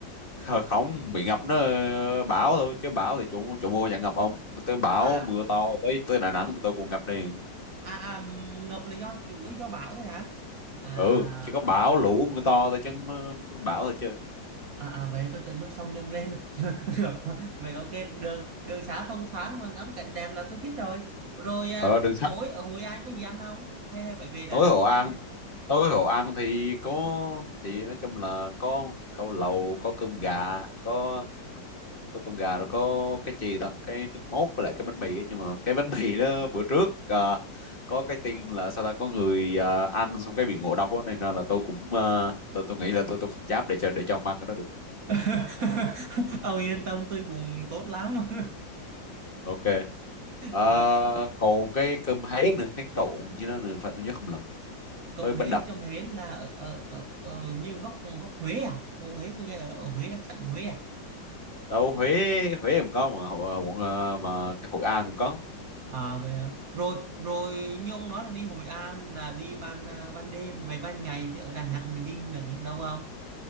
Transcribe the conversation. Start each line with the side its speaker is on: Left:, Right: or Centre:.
Left: kh- không bị ngập nó ờ, bão thôi chứ bão thì chủ chủ mua chẳng ngập ông tới bão
Right: À
Left: mưa to tới tới Đà Nẵng tụi tôi cũng ngập đi
Right: à à ngập là do chủ yếu do bão thôi hả? À
Left: ừ
Right: à
Left: chỉ có bão
Right: ok.
Left: lũ mưa to thôi chứ không, ờ, bão thôi chứ
Right: à, à vậy tôi tận mức sông dâng lên <laughs> vậy ok đường đường xá thông thoáng và ngắm cảnh đẹp là tôi thích rồi rồi à,
Left: ờ đừng xa
Right: tối ở Hội An có gì ăn không hay hay phải về Đà
Left: tối
Right: Nẵng
Left: Hội
Right: mới
Left: An
Right: ăn
Left: tối Hội An thì có thì nói chung là có câu lầu có cơm gà có có cơm gà rồi có cái gì ta cái nước mốt với lại cái bánh mì ấy. nhưng mà cái bánh <laughs> mì đó bữa trước ờ, có cái tin là sao ta có người ờ, ăn xong cái bị ngộ độc đó, này nên là tôi cũng ờ, tôi tôi nghĩ là tôi tôi không dám để cho để cho ông ăn cái đó được
Right: <laughs> ông yên tâm tôi bụng tốt lắm <laughs>
Left: ok Ờ,
Right: Ờ,
Left: còn cái cơm háy nữa háy trộn như đó nữa phải tôi nhớ không lầm
Right: cơm
Left: với
Right: hến
Left: bánh đập
Right: cơm hến là ở, ở, ở, ở như góc góc Huế à ô Huế tôi nghe ở, ở Huế đặc sản Huế à
Left: đâu Huế Huế cũng có mà Hội- à, quận ờ, mà cái Hội An cũng có
Right: à vậy hả rồi rồi như ông nói là đi Hội An là đi ban à, ban đêm vậy ban ngày thì ở Đà Nẵng mình đi được những đâu không